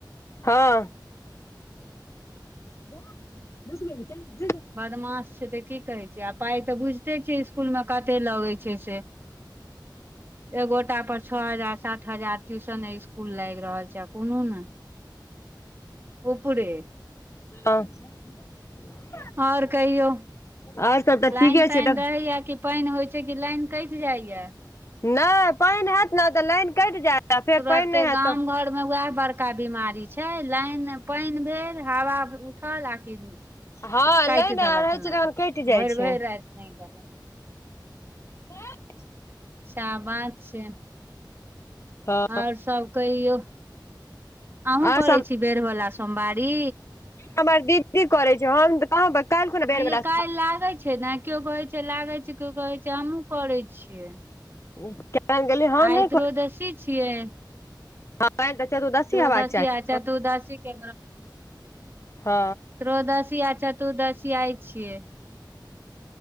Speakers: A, on the left; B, on the right.
A: हऽ <unintelligible>
B: बदमास छै तऽ की कहे छी आ पाय तऽ बुझ - ते छै इसकुल में कते लगै छै से <inaudible> एगोटा पर छओ हजार सात हजार ट्यूशने इसकुल लाइग रहल छै आ कोनो नै ऊपरे
A: <unintelligible>
B: और कहियौ
A: और सब तऽ
B: लाइन
A: ठीके
B: ताइन
A: छै देख
B: रहया की पाइन होइ छै की लाइन काइट जाएय
A: न पाइन हैत न तऽ लाइन कइट जायत आ फेर
B: तुरते
A: पानि नहि हैत
B: गाम
A: तऽ
B: घर में वएह बड़ -का बीमारी छै लाइन पाइन भेल हवा उठल आ कि
A: हँ
B: काइट
A: लाइन
B: दलक
A: आर रहै छै
B: लाइन
A: तखन कटि जाइ
B: भैर
A: छै
B: भैर राइत नै दलक
A: <unintelligible>
B: सैह बात छैय
A: हँ
B: और सब कहियौ <inaudible> अहु
A: आर
B: करै
A: सब
B: छी बेर वला सोमवारी
A: हमर दीदी करै छै हम तऽ कहाँ काल्हि खुना बेर
B: आँइ यै
A: बेरा
B: काइल लागैय छै न केयो कहे छै लागे छै केओ कहे छै हमहुँ करै छियै
A: <unintelligible> हम
B: आइ
A: नहि
B: त्रयोदसी छियै
A: काइल तऽ चतुर्दसी
B: त्रयोदशी
A: हेबाक चाही
B: आ चतुर्दशी
A: न
B: के
A: <inaudible> हा
B: त्रोयदशी आ चतुर्दशी आय छियै <inaudible>